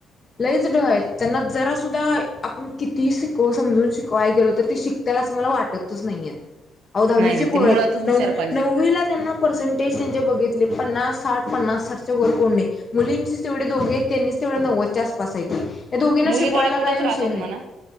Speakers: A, on the left; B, on the right.
A: लयीच ढ आहेत. त्यांना जरा सुद्धा आपण किती शिकवुन समजून शिकवाय गेलो तर ते शिक त्याला अस मला वाटतच नाहीयत. अ दहावीचे
B: नाही नाही
A: पोर
B: ते मुळातच
A: आहेत
B: हुशार
A: नव
B: पाहिजे
A: नववीला ज्यांना पर्सेंटेज त्यांचे बघितले पन्नास साठ, पन्नास साठच्या वर कोण नाही. मुलींचे तेवढे दोघे आहे त्यांनीच तेवढ्या नव्वदच्या आस पास आहेत. या दोघींना
B: मुली
A: शिकवायला
B: थोड्या पुढंच
A: काही विषय
B: राहतात
A: नाही.
B: म्हणा